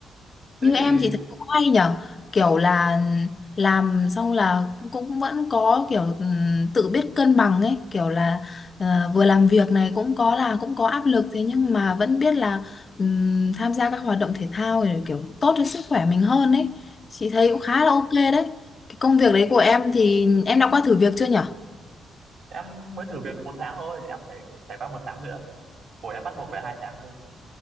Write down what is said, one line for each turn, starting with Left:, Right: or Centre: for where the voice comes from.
Right: thế
Left: như
Right: thì
Left: em thì thấy cũng hay nhở kiểu là làm xong là cũng vẫn có kiểu ừm, tự biết cân bằng ấy kiểu là ờ, vừa làm việc này cũng có là cũng có áp lực thế nhưng mà vẫn biết là ừm, tham gia các hoạt động thể thao thì kiểu tốt cho sức khỏe mình hơn ấy chị thấy
Right: à,
Left: cũng khá là ok đấy cái công việc đấy của em thì em đã qua thử việc chưa nhở
Right: em mới thử việc được một tháng thôi em phải trải qua một tháng nữa của em bắt buộc phải hai tháng cơ